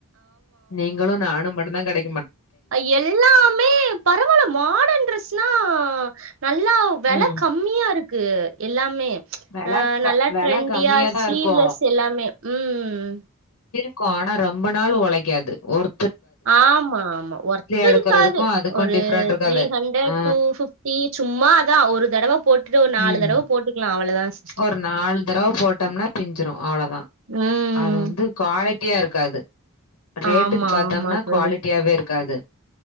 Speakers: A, on the left; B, on the right.
A: நீங்களு நானும் மட்டுந்தா கடைக்
B: அ எல்லாமே பரவால்ல மாடன் ட்ரெஸ்னா நல்லா வெல
A: ம்
B: கம்மியா இருக்கு கு எல்லாமே ச்
A: வெல
B: அஹ்
A: க
B: நல்லா
A: வெல
B: ட்ரெண்டியா
A: கம்மியாதா
B: ஸ்லீவ்லெஸ்
A: இருக்கு
B: எல்லாமே உம்
A: க்கு ஆனா ரொம்ப நாள் ஒழைக்காது ஒரு
B: ஆமா ஆமா ஒர்த்து
A: எடுக்கறதுக்கு
B: இருக்காது
A: அதுக்கு
B: ஒரு
A: டிஃப்ரெண்ட் இருக்காது
B: த்ரீ ஹண்ட்ரட்
A: ஆ
B: டூ ஃபிப்டி சும்மா அதா ஒரு தடவ போட்டுட்டு ஒரு நாலு
A: ம்
B: தடவ போட்டுக்கலா அவ்வளதா ஸ்
A: ஒரு நாலு தடவ போட்டோம்னா பிஞ்சிரு அவ்வளதா
B: ம்
A: அது வந்து குவாலே ட்டியா இருக்காது ரேட்டுக்கு
B: ஆமா
A: பாத்தோம்னா
B: ஆமா தோழி
A: குவாலிட்டியாவே இருக்காது